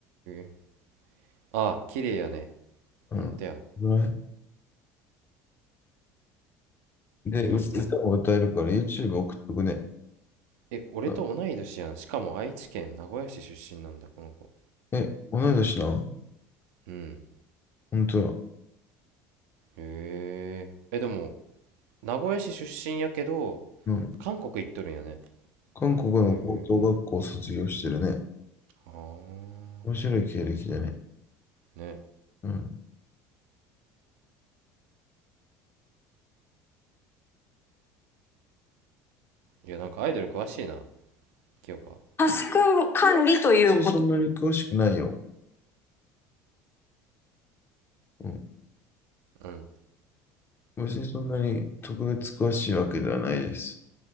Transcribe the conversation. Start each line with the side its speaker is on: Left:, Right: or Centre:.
Right: えああ、綺麗やね。
Left: うん。
Right: ほんとや。
Left: ねで、
Right: いいね。
Left: う歌も歌えるから YouTube 送っとくね。
Right: え、俺と同い年やん。
Left: あ
Right: しかも愛知県名古屋市出身なんだ、この子。
Left: え、同い年なん
Right: うん。
Left: 本当や。
Right: へえ。え、でも、名古屋市出身やけど、
Left: うん。
Right: 韓国行っとるんやね。
Left: 韓国の高等学校を卒業してるね。
Right: へえ。ああ。
Left: 面白い経歴だね。
Right: ね。
Left: うん。
Right: いや、なんかアイドル詳しいな、清香。
Left: タスク管理とい別うにこそと。んなに詳しくないよ。うん。
Right: うん。
Left: 別にそんなに特別詳しいわけではないです。